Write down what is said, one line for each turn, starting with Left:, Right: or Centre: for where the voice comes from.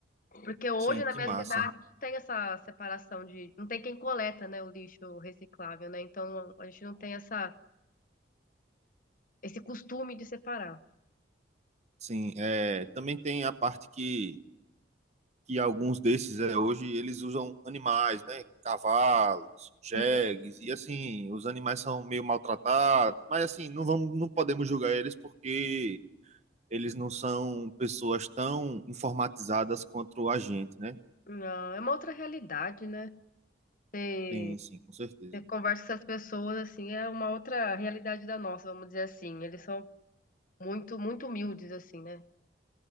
Left: porque hoje
Right: Sim,
Left: na
Right: que
Left: minha
Right: massa.
Left: cidade não tem essa separação de, não tem quem coleta, né, o lixo reciclável, né? Então a gente não tem essa esse costume de separar.
Right: Sim, é, também tem a parte que, que alguns desses é, hoje eles usam animais, né? Cavalos, jegues,
Left: E
Right: e assim, os animais são meio maltratados, mas assim, não vamos, não podemos julgar eles porque eles não são pessoas tão informatizadas quanto a gente, né?
Left: não é uma outra realidade, né? Você,
Right: Tem, sim, com certeza.
Left: você conversa com essas pessoas assim, é uma outra realidade da nossa, vamos dizer assim. Eles são muito muito humildes assim, né?